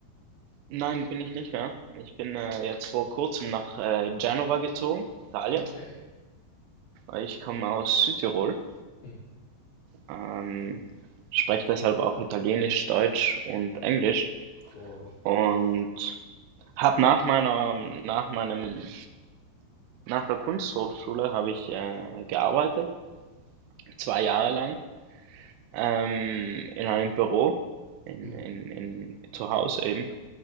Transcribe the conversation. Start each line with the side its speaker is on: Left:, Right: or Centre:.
Right: Nein, bin ich nicht mehr. Ich bin äh, jetzt vor kurzem nach äh, Genova gezogen, Italien.
Left: Okay.
Right: Ich komme aus Südtirol,
Left: Hm.
Right: ähm, spreche deshalb auch Italienisch, Deutsch und Englisch
Left: Cool.
Right: und habe nach meiner, nach meinem, nach der Kunsthochschule habe ich äh, gearbeitet, zwei Jahre lang, ähm, in einem Büro, in,
Left: Hm.
Right: in, in, zu Hause eben.